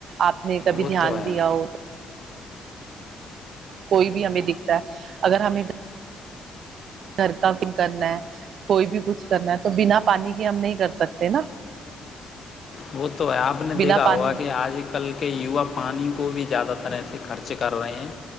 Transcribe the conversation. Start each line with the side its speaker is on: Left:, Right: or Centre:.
Right: آپ نے کبھی
Left: وہ
Right: دھیان
Left: تو ہے
Right: دیا ہو تو کوئی بھی ہمیں دکھتا ہے اگر ہمیں گھر کا کم کرنا ہے کوئی بھی کچھ کرنا ہے تو بنا پانی کے ہم نہیں کر سکتے نا
Left: وہ تو ہے آپ نے
Right: بنا
Left: دیکھا
Right: پانی
Left: ہوا کہ آج کل کے یوا پانی کو بھی زیادہ طرح سے خرچ کر رہے ہیں